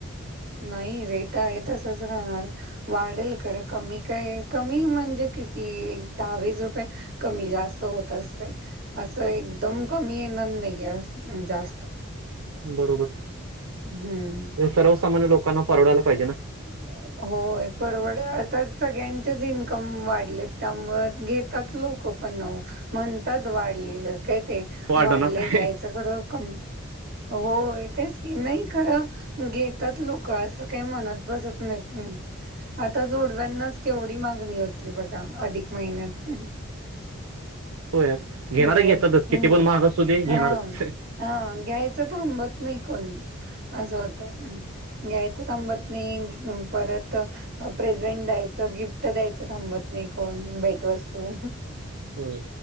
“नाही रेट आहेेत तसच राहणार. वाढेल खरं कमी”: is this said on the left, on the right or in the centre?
Right